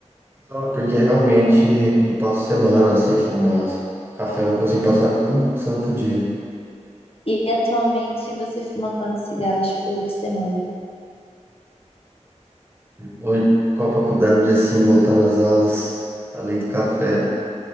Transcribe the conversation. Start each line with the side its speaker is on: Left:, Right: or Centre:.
Right: Não, porque realmente eu passo semana sem fumar. Café eu não consigo
Left: Aham.
Right: passar um santo dia.
Left: E atualmente você fuma quantos cigarros por semana?
Right: Hoje, com a faculdade, assim, voltando às aulas, além do café,